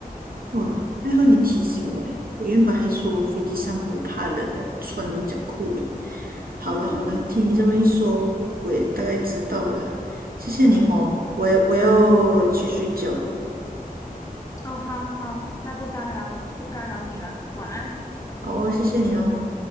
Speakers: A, on the right (about 70°); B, on the left (about 20°).
A: 哇，还好你提醒我嘞！我原本还说飞机上我怕冷，要穿牛仔裤嘞。好了好了，
B: <laughs>
A: 听你这么一说，我也大概知道了。谢谢你哦，我也我要去睡觉了。
B: 哦，好好，那不打扰不干扰你了，晚安。
A: 好哦，谢谢你哦。